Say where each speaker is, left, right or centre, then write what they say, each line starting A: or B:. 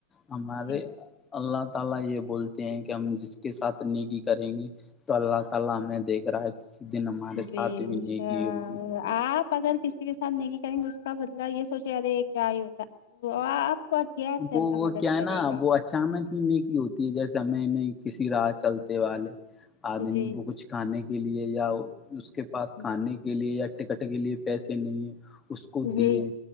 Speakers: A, on the left (about 20°); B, on the left (about 55°).
A: ہمارے
B: جی
A: اللہ تعالی یہ بولتے ہیں کہ ہم جس کے ساتھ نیکی کریں گے تو اللہ تعالی ہمیں دیکھ رہا ہے کسی دن ہمارے
B: جی
A: ساتھ بھی نیکی ہوگی
B: آپ اگر کسی کے ساتھ نیکی کریں گے اس کا بدلا یہ سوچے رہے کیا ہی ہوتا تو آپ پہنچ گۓ آپ سے
A: وہ
B: الله
A: وہ
B: مدد
A: کیا ہے نا
B: کرے گا
A: وہ اچانک ہی نیکی ہوتی ہے جیسے میں نے کسی راہ چلتے والے آدمی
B: جی
A: کو کچھ کھانے کے لیے یا اس کے پاس
B: جی
A: کھانے کے لیے یا ٹکٹ کے لیے پیسے نہیں اس کو
B: جی
A: دیے